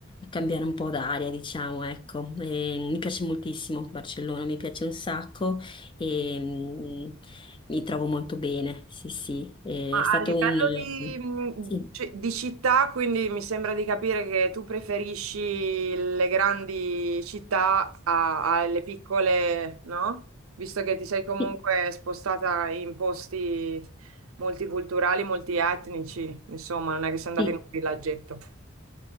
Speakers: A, on the left; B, on the right.
A: cambiare un po' d'aria, diciamo, ecco. E mi piace moltissimo Barcellona, mi piace un sacco e mm, mi trovo molto bene, sì, sì. È
B: Ma
A: stato
B: A livello
A: un...
B: di, mh,
A: Sì.
B: ci- di città, quindi mi sembra di capire che tu preferisci le grandi città a- alle piccole, no? Visto che ti sei comunque
A: Sì,
B: spostata in posti multiculturali, multietnici, insomma, non è che sei andata
A: sì,
B: in un villaggetto.